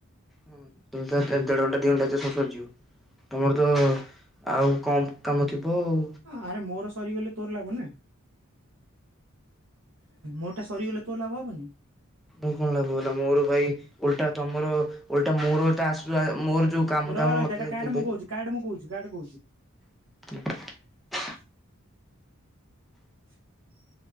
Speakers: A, in the centre; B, on the right (about 65°).
A: ହଁ ଦି ଦେଢ଼ ଘଣ୍ଟା ଦି ଘଣ୍ଟା ଯାଇ ତମର ତ ଆଉ କଣ କାମ ଥିବ। ଆଉ
B: ଆରେ ମୋର ସରିଗଲେ ତୋର ଲାଭ ନା। ମୋରଟା ସରିଗଲେ ତୋ ଲାଭ ହବନି?
A: ମୋର କଣ ଲାଭ ହେଲା, ମୋର ଭାଇ ଓଲଟା ତମର ଓଲଟା ମୋର ଏଟା ଆସୁ ମୋର ଯୋଉ କାମ
B: ରହ
A: ଦାମ
B: ରହ ଏଇଟା
A: ମତେ
B: କାଟେ
A: ଦେବେ।
B: ମୁଁ କହୁଛି କାଟେ ମୁଁ କହୁଛି କାଟେ କହୁଛି।
A: <unintelligible>
B: <unintelligible> <unintelligible>